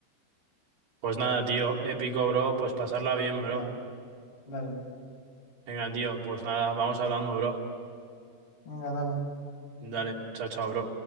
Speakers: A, on the right; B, on the left.
A: Pues nada, tío, épico, bro. Pues pasarla bien,
B: Ya,
A: bro.
B: dale.
A: Venga, tío, pues nada, vamos hablando, bro.
B: Venga, dale.
A: Dale, chao, chao, bro.